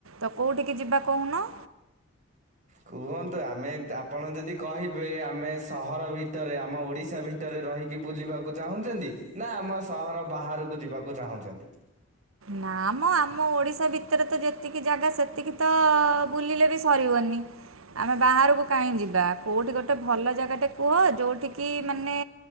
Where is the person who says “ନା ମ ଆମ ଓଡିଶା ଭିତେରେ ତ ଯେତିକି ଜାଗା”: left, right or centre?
Right